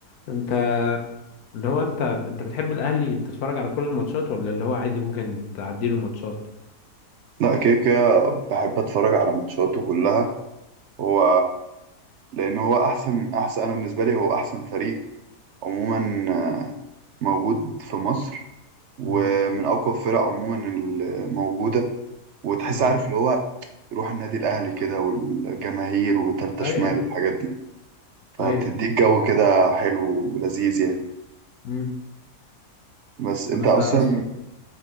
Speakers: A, on the left; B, on the right.
A: انت اللي هو انت انت بتحب الأهلي بتتفرج على كل الماتشات ولا اللي هو عادي ممكن تعديله ماتشات؟
B: لا كده كده بحب اتفرج على ماتشاته كلها هو لان هو احسن احسن انا بالنسبه لي هو احسن فريق عموما آه، موجود في مصر ومن
A: مم.
B: اقوى الفرق عموما الموجوده وتحس
A: اه
B: عارف اللي هو روح النادي الاهلي كده والجماهير وتالتة
A: ايوه
B: شمال والحاجات دي فبتديك
A: ايوه
B: جو كده حلو ولذيذ يعني
A: مم.
B: بس انت
A: طب انت
B: اصلا
A: اصلا